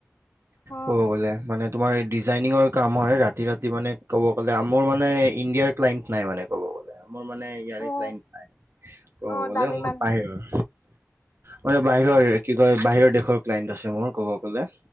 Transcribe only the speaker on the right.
ক'ব গ'লে মানে তোমাৰ ডিজাইনিঙৰ কাম হয় ৰাতি ৰাতি মানে ক'ব গ'লে আমোৰ মানে ইণ্ডিয়াৰ ক্লাইণ্ট নাই মানে ক'ব গলে মোৰ মানে ইয়াৰে
ক্লাইন্ত নাই ক'ব
গলে
মোৰ
বাহিৰৰ মানে বাহিৰৰ কি কয় বাহিৰৰ দেশৰ ক্লাইণ্ট আছে মোৰ ক'ব গ'লে